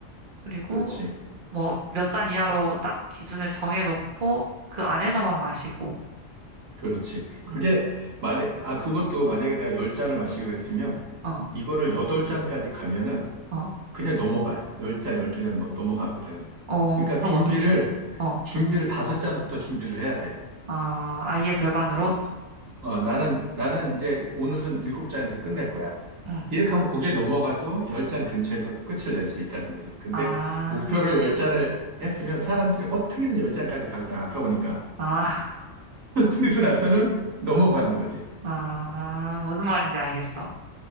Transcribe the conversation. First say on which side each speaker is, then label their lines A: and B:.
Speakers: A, on the right; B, on the right.
A: 그리고
B: 그렇지.
A: 뭐 몇 잔 이하로 딱 기준을 정해놓고, 그 안에서만 마시고,
B: 그렇지. 그게
A: 응.
B: 만약 아 그것도 만약에 내가 열잔을 마시기로 했으면
A: 어,
B: 이거를 여덟 잔까지 가면은
A: 어,
B: 그냥 넘어가. 열잔 열두 잔막 넘어가거든.
A: 어,
B: 그러니까
A: 그럼
B: 준비를
A: 어떡해? 어,
B: 준비를 다섯 잔부터 준비를 해야 돼.
A: 아, 아이의 절반으로?
B: 아, 어, 나는 나는 이제 오늘은 일곱 잔에서 끝낼 거야.
A: 응.
B: 이렇게 하면 고개 넘어가도 열 잔 근처에서 끝을 낼 수 있다는 거지. 근데
A: 아,
B: 목표를 열잔을 했으면 사람들이 어떻게든 열잔까지 가거든. 아까우니까.
A: 아,
B: <laughs> 그리고 나서는 넘어가는 거지.
A: <laughs> 아, 무슨 말인지 알겠어.